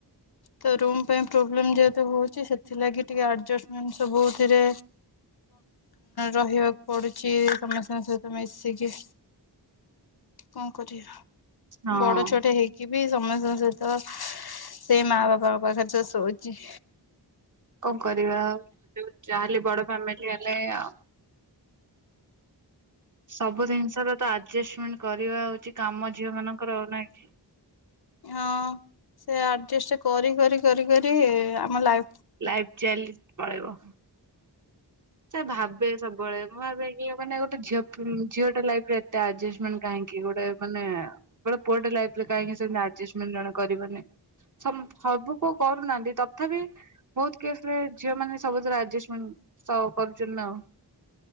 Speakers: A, on the left (about 60°); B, on the right (about 45°).
A: ତ ରୁମ୍ ପାଇଁ ପ୍ରୋବ୍ଲେମ ଯେହେତୁ ହଉଛି। ସେଥିଲାଗି ଟିକେ ଆଡଜଷ୍ଟମେଣ୍ଟ ସବୁଥିରେ ରହିବାକୁ ପଡୁଛି ସମସ୍ତଙ୍କ ସହିତ ମିଶିକି, କଣ କରିବା।
B: ହଁ
A: ବଡ ଛୁଆଟେ ହେଇକି ବି ସମସ୍ତଙ୍କ ସହିତ ସେଇ ମା ବାପା ପାଖରେ ତ ଶୋଉଛି।
B: କଣ କରିବା ଯୋଉ ଚାହାଲେ ବଡ ଫ୍ୟାମିଲି ହେଲେ ଆଉ ସବୁ ଜିନିଷର ଆଡଜଷ୍ଟମେଣ୍ଟ କରିବା ହଉଛି କାମ ଝିଅ ମାନଙ୍କର ଆଉନାହିଁକି।
A: ହଁ ସେ ଆଡଜଷ୍ଟ କରି କରି କରି କରି ଆମ ଲାଇ
B: ଲାଇଫ ଚାଲି ପଳେଇବ। ସେ ଭାବେ ସବୁବେଳେ ମୁଁ ଭାବେ କି ମାନେ ଗୋଟେ ଝିଅଟେ ଲାଇଫରେ ଏତେ ଆଡ଼ଜଷ୍ଟ ମେଣ୍ଟ କାହିଁକି? ଗୋଟେ ମାନେ ଗୋଟେ ପୁଅଟେ ଲାଇଫରେ କାହିଁକି ସେମିତି ଆଡ଼ଜଷ୍ଟମେଣ୍ଟ ଜଣେ କରିବନି ସବୁ ପୁଅ କରୁନାହାନ୍ତି ତଥାପି ବହୁତ କେସରେ ଝିଅମାନେ ସବୁଥର ଆଡ଼ଜଷ୍ଟମେଣ୍ଟ ସଉ କରୁଛନ୍ତି ନା